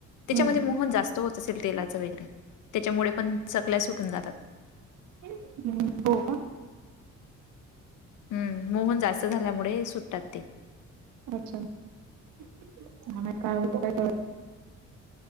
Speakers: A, on the left; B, on the right.
A: त्याच्यामध्ये
B: हम्म.
A: मोहन जास्त होत असेल तेलाच वगैरे. त्याच्यामुळे पण- चकल्या सुटून जातात.
B: हं. हो का?
A: हम्म. मोहन जास्त झाल्यामुळे सुटतात ते.
B: अच्छा. <unintelligible> काय कळत -